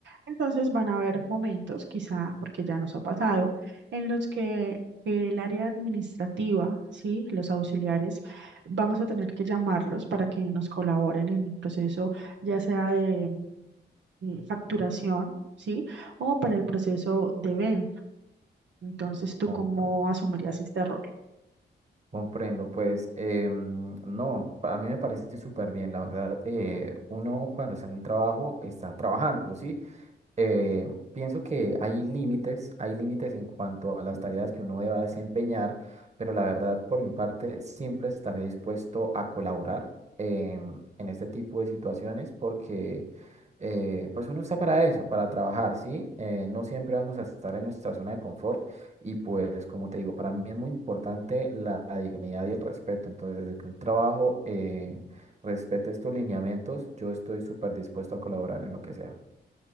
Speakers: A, on the right (about 80°); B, on the right (about 35°).
A: Entonces van a haber momentos, quizá porque ya nos ha pasado, en los que el área administrativa, ¿sí? los auxiliares, vamos a tener que llamarlos para que nos colaboren en el proceso ya sea de mm, facturación, ¿sí? O para el proceso de venta. Entonces, ¿tú
B: Compra.
A: cómo asumirías este rol?
B: Comprendo, pues em, no, pa- a mí me parece súper bien, la verdad, eh, uno cuando está en un trabajo está trabajando, ¿sí? eh, pienso que hay límites, hay límites en cuanto a las tareas que uno deba desempeñar, pero la verdad, por mi parte, siempre estaré dispuesto a colaborar eh, en este tipo de situaciones porque eh, pues uno está para eso, para trabajar, ¿sí? Eh, no siempre vamos a estar en nuestra zona de confort y pues como te digo, para mí es muy importante la, la dignidad y el respeto, entonces desde que un trabajo eh, respete estos lineamientos, yo estoy súper dispuesto a colaborar en lo que sea.